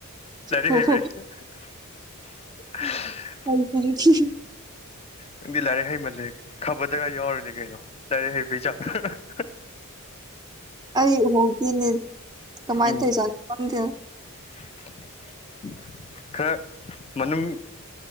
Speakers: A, on the left (about 30°); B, on the right (about 20°).
A: ꯂꯥꯏꯔꯤꯛ
B: ꯍꯣ
A: ꯍꯩꯕꯩ
B: ꯍꯣ
A: <unintelligible>
B: <unintelligible>
A: ꯅꯪꯗꯤ ꯂꯥꯏꯔꯤꯛ ꯍꯩꯃꯜꯂꯦ ꯈꯕꯔꯗꯒ ꯌꯥꯎꯔꯅꯤ ꯀꯩꯅꯣ ꯂꯥꯏꯔꯤꯛ ꯍꯩꯕꯩ ꯆꯥꯡ
B: ꯑꯩ ꯎꯍꯧꯗꯤꯅꯦ ꯀꯃꯥꯏꯅ
A: ꯎꯝ
B: ꯇꯧꯔꯤꯁꯥꯠꯅꯣ ꯈꯪꯗꯦ
A: <unintelligible> ꯈꯔ ꯃꯅꯨꯡ